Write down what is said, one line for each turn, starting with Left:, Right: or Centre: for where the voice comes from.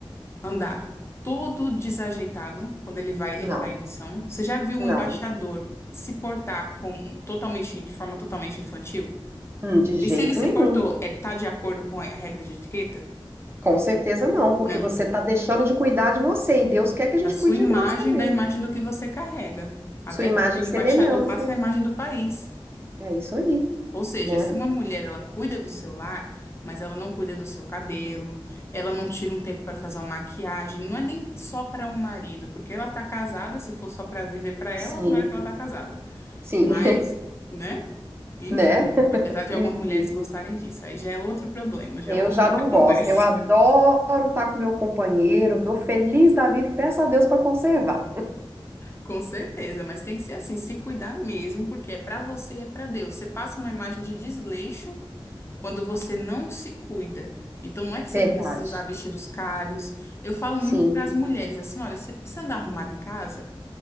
Left: andar todo desajeitado quando ele vai,
Right: não,
Left: ele tá em missão. Você já viu
Right: não,
Left: um embaixador se portar com totalmente, de forma totalmente infantil?
Right: Hum, de jeito
Left: E se ele se
Right: nenhum.
Left: portou, é, tá de acordo com a regra de etiqueta?
Right: Com certeza não, porque
Left: Não.
Right: você está deixando de cuidar de você e Deus quer que a gente
Left: Da sua
Right: cuide
Left: imagem,
Right: de nós também.
Left: da imagem do que você carrega. Até
Right: Sua imagem
Left: porque o
Right: e semelhança.
Left: embaixador passa a imagem do país.
Right: É isso aí,
Left: Ou seja,
Right: né?
Left: se uma mulher ela cuida do seu lar, mas ela não cuida do seu cabelo, ela não tira um tempo para fazer uma maquiagem, não é nem só para um marido, porque ela tá casada, se for só para viver para ela,
Right: Sim,
Left: não é que ela tá casada.
Right: sim,
Left: Mas, né? Enfim,
Right: <laughs> né?
Left: apesar de
Right: Enfim,
Left: algumas mulheres gostarem disso, aí já é outro problema, já
Right: eu
Left: é outra
Right: já não
Left: <laughs>
Right: gosto.
Left: conversa.
Right: Eu adoro estar com meu companheiro, dou feliz da vida e peço a Deus para conservar.
Left: Com certeza, mas tem que ser assim, se cuidar mesmo, porque é para você e é para Deus. Você passa uma imagem de desleixo quando você não se cuida. Então não é que você
Right: Verdade.
Left: precisa usar vestidos caros. Eu falo
Right: Sim,
Left: muito para as mulheres assim, olha, você precisa andar arrumada em casa?